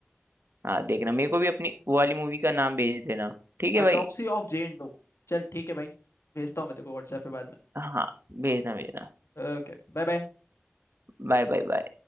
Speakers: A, on the right; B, on the left.
A: हाँ देखना मेरे को भी अपनी वो वाली मूवी का नाम भेज देना ठीक है
B: Autopsy
A: भाई
B: of Jane Doe चल ठीक है भाई भेजता हूँ मैं तेरे को व्हाट्सएप पे बाद में
A: हाँ भेजना भेजना
B: Okay bye bye
A: Bye bye bye